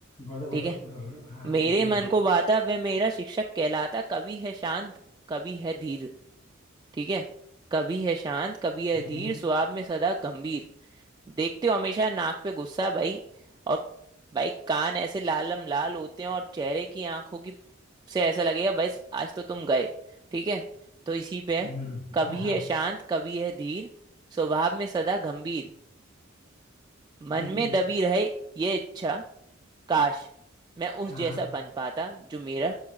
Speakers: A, on the left; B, on the right.
A: बोलो बोलो
B: ठीक है
A: बोलो बोलो हाँ हाँ
B: मेरे
A: कंटिन्यू
B: मन
A: करो
B: को भाता वह मेरा शिक्षक कहलाता कभी है शांत कभी है धीर ठीक है कभी है शांत कभी है
A: हम्म
B: धीर
A: हम्म
B: स्वभाव में सदा गंभीर देखते हो हमेशा नाक पे गुस्सा भाई और भाई कान ऐसे लालम लाल होते हैं और चेहरे की आंखों की से ऐसा लगेगा बस आज तो तुम गए ठीक है तो इसी पे है
A: हम्म,
B: कभी
A: हाँ हाँ
B: है शांत कभी है धीर स्वभाव में सदा गंभीर मन
A: हम्म, हम्म,
B: में दबी रहे ये इच्छा काश मैं उस
A: हाँ
B: जैसा बन पाता जो मेरा